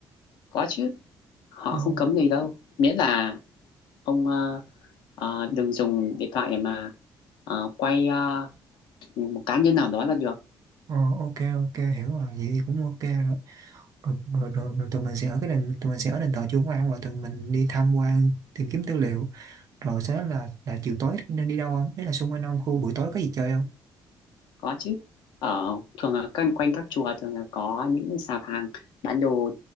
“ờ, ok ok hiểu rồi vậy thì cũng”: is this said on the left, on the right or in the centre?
Right